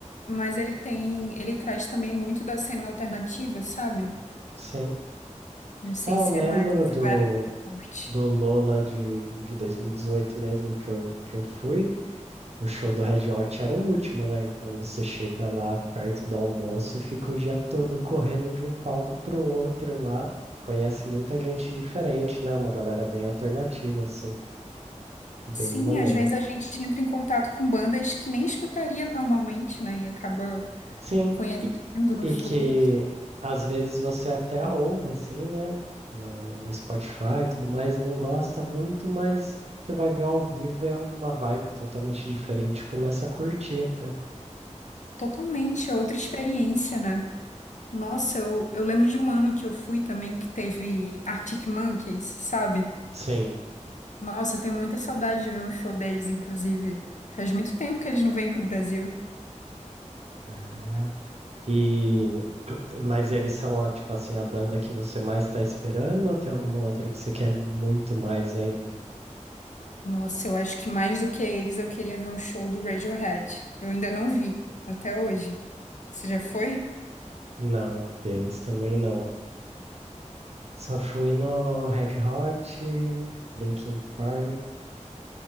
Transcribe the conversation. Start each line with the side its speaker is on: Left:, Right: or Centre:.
Left: mas ele tem, ele traz também muito da cena alternativa, sabe?
Right: Sim.
Left: Não sei
Right: É, Eu
Left: se
Right: lembro
Left: é mais essa
Right: do,
Left: vibe que você curte.
Right: do Lola de, de 2018 mesmo que eu, que eu fui. O show do Red Hot era o último, né? Então você chega lá perto do almoço e fica o dia todo correndo de um palco pro outro lá. Conhece muita gente diferente, né? Uma galera bem alternativa, assim, bem
Left: Sim,
Right: maneira.
Left: às vezes a gente entra em contato com bandas que nem escutaria normalmente, né? E acaba
Right: Sim,
Left: conhecendo
Right: e,
Left: no
Right: e
Left: Flu.
Right: que às vezes você até ouve, assim, né? Na- No, Spotify e tudo mais, não gosta muito, mas você vai ver ao vivo, é uma vibe totalmente diferente, começa a curtir até.
Left: Totalmente outra experiência, né? Nossa, eu, eu lembro de um ano que eu fui também que teve Arctic Monkeys, sabe?
Right: Sim.
Left: Nossa, eu tenho muita saudade de ver um show deles, inclusive. Faz muito tempo que eles não vêm pro Brasil.
Right: É. E <clears throat> mas eles são a, tipo assim a banda que você mais está esperando ou tem alguma outra que você quer muito mais ainda?
Left: Nossa, eu acho que mais do que eles, eu queria ver um show do Radiohead. Eu ainda não vi, até hoje. Você já foi?
Right: Não, deles também não. Só fui no Red Hot, Linkin Park,